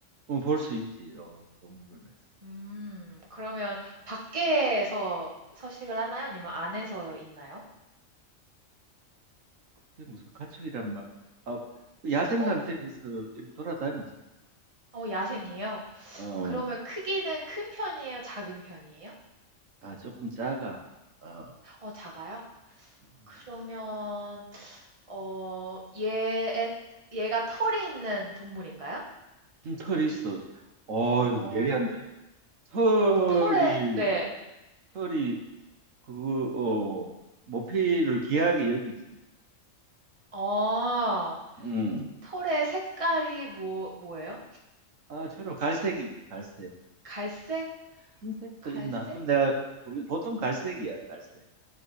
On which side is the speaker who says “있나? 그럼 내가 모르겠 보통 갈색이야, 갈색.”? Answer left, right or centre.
Right